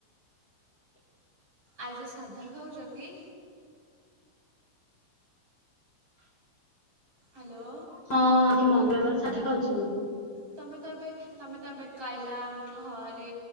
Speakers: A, on the right (about 30°); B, on the left (about 20°).
A: ଆଜି ସାଧା ଖାଉଛକି? ହାଲୋ।
B: ହଁ ଆଜି ମଙ୍ଗଳବାର ସାଧା ଖାଉଚି ମୁଁ।
A: ତମେତ ଏବେ ତମେତ ଏବେ କହିଲ ଆମ ଘରେ